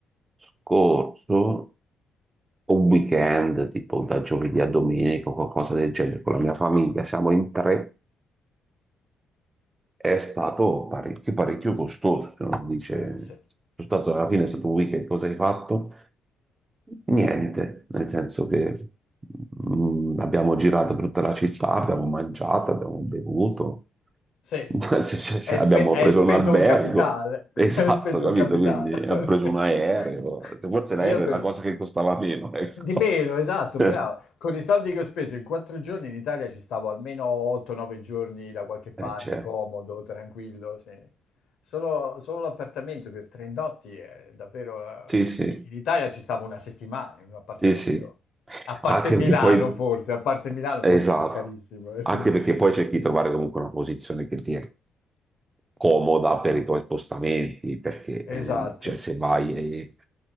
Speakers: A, on the right (about 25°); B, on the left (about 70°).
A: scorso, un weekend, tipo da giovedì a domenica o qualcosa del genere, con la mia famiglia, siamo in tre, è stato parecchio, parecchio costoso. se non Dice,
B: Eh, sì,
A: sono stato, alla fine
B: sì,
A: è stato un weekend, cosa hai fatto? Niente, nel senso che mm, abbiamo girato per tutta la città, abbiamo mangiato, abbiamo bevuto,
B: sì.
A: <laughs> Se- se- se
B: Hai
A: abbiamo
B: spe- hai
A: preso
B: speso
A: un albergo,
B: un capitale,
A: esatto,
B: <laughs> hai speso
A: capito?
B: un capitale.
A: Quindi abbiamo preso
B: <laughs>
A: un aereo, forse l'aereo
B: Io con
A: è la
B: i-
A: cosa che costava meno, ecco.
B: di meno, esatto,
A: <laughs>
B: bravo. Con i soldi che ho speso in quattro giorni in Italia ci stavo almeno 8-9 giorni da qualche parte,
A: Eh, certo.
B: comodo, tranquillo, sì. Solo, solo l'appartamento per tre notti è davvero... eh,
A: Sì, sì,
B: In Italia ci stavo una settimana in un appartamento.
A: sì, sì.
B: A parte
A: Anche
B: Milano
A: perché poi,
B: forse, a parte Milano
A: esatto,
B: forse che è carissimo. eh,
A: anche
B: sì.
A: perché poi cerchi di trovare comunque una posizione che ti, comoda per i tuoi spostamenti, perché eh,
B: Esatto,
A: cioè, se vai eh,